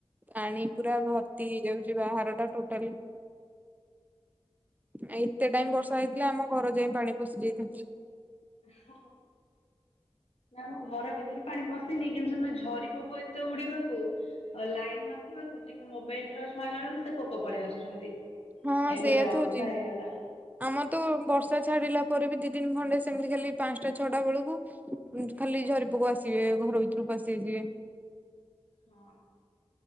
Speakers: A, on the right (about 15°); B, on the left (about 80°).
A: ପାଣି ପୁରା ଭର୍ତ୍ତି ହେଇଯାଉଚି ବାହାର ଟା ଟୋଟାଲି। ଆ ଏତେ ଟାଇମ ବର୍ଷା ହେଇଥିଲେ ଆମ ଘର ଯାଇ ପାଣି ପଶି ଯାଇଥାନ୍ତା।
B: ହଁ। ନା ଆମ ଘର ଭିତରେ ପାଣି ପଶିନି କିନ୍ତୁ ସ ଝରି ପୋକ ଏତେ ଉଡିବାକୁ ଲାଇନ ନଥିବାକୁ ଟିକେ ମୋବାଇଲ ଟର୍ଚ୍ଚ ମାରିଲା ବେଳକୁ ସେ ପୋକ ପଳେଇ ଆସୁଛନ୍ତି।
A: ହଁ
B: ଏଇଭଳିଆ
A: ସେଇଆ
B: ଅବସ୍ଥା
A: ତ ହଉଛି।
B: ହେଇଗଲା।
A: ଆମର ତ ବର୍ଷା ଛାଡିଲା ପରେ ବି ଦି ଦିନ ଖଣ୍ଡେ ସେମିତି ଖାଲି ପାଞ୍ଚଟା ଛଅଟା ବେଳକୁ ଖାଲି ଝରି ପକ ଆସିଯିବେ। ଘର ଭିତରକୁ ପସି ଯିବେ
B: ହଁ।